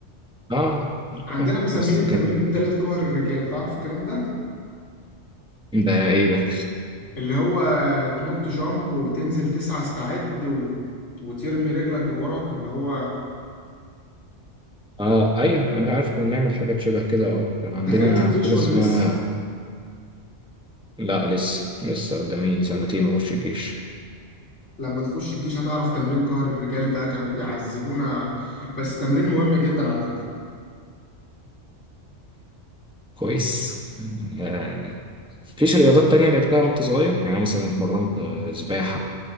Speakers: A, in the centre; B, on the left (about 80°).
A: اه
B: عندنا
A: آه،
B: مسميين
A: بس
B: التمرين
A: كانت
B: الثالث قهر الرجال تعرف الكلام ده
A: ده ايه ده
B: اللي هو تنط جامب وتنزل تسعة استعد و... وترمي رجلك لورا اللي هو
A: اه ايوه انا عارف كنا نعمل حاجات شبه كده اه كان عندنا
B: دخلت الجيش
A: حاجه
B: ولا
A: اسمها
B: لسه
A: لا لسه لسه قدامي سنتين واخش الجيش
B: لما تخش الجيش هتعرف تمرين قهر الرجال ده كانوا بيعذبونا بس تمرين مهم جدا على فكرة
A: كويس آه، مفيش رياضات تانية لعبتها وانت صغير يعني مثلا اتمرنت آه، سباحة